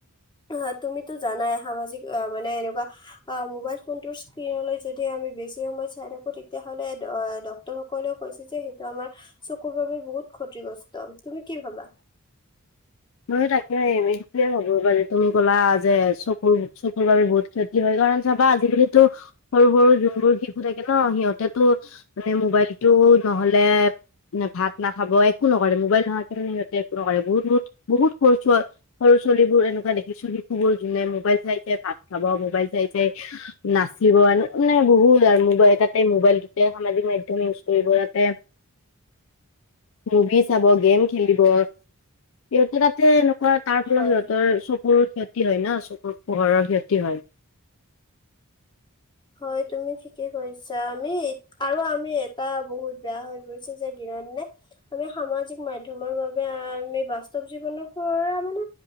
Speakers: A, on the left; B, on the left.
A: আহ তুমিতো জানাই, সামাজিক আহ মানে এনেকুৱা আ মোবাইল ফোনটোৰ স্ক্ৰীনলৈ যদি আমি বেছি সময় চাই থাকোঁ। তেতিয়া হলে ডক্তৰ সকলেও কৈছে যে সেইটো আমাৰ চকুৰ বাবে বহুত ক্ষতিগ্ৰস্ত। তুমি কি ভাবা?
B: ময়ো তাকে সেইটোৱে ভাবো। হ'ব পাৰে তুমি ক'লা যে চকুৰ চকুৰ বাবে বহুত ক্ষতি কি হয় কাৰণ চাবা আজিকালিতো সৰু-সৰু যোনবোৰ শিশু থাকে। কে ন, সিহঁতেতো মানে মোবাইলটো নহ'লে ভাত নাখাব, একো নকৰে। মোবাইল নোহোৱাকে মানে সিহঁতে একো নকৰে বহুত বহুত বহুত সৰু ছোৱা সৰু ছোৱালীবোৰ এনেকুৱা দেখিছোঁ। শিশুবোৰ যোনে মবাইল চাই-চাই ভাত খাব, মোবাইল চাই-চাই নাচিব আৰু মানে বহুত আৰু মবাইল তাতে মোবাইলটোতে সামাজিক মাধ্যম ইউজ কৰিব। তাতে মুভি চাব, গেম খেলিব। সিহঁতে তাতে এনেকুৱা তাৰ ফলত
A: হয়
B: সিহঁতৰ চকুৰ ক্ষত কি হয় ন চকুৰ? পোহৰৰ ক্ষতি হয়।
A: হয় তুমি ঠিকে কৈছা, আমি আৰু আমি এটা বহুত বেয়া হৈ পৰিছে যে দিনৰ-দিনে আমি সামাজিক মাধ্যমৰ বাবে আমি বাস্তৱ জীৱনৰ পৰা মানে